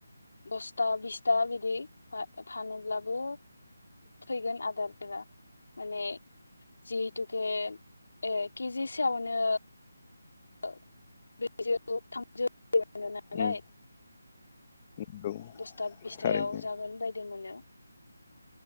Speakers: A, on the left; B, on the left.
A: दसथा बिसथा बिदि फानोब्लाबो फैगोन आदारफोरा माने जिहेतुके ए केजि सायावनो औ ब्रैजौ थामजौ। नालाय
B: उम, नंगौ
A: दसथा बिसथायाव
B: थारैनो
A: जागोन बायदि बिदि मोनो।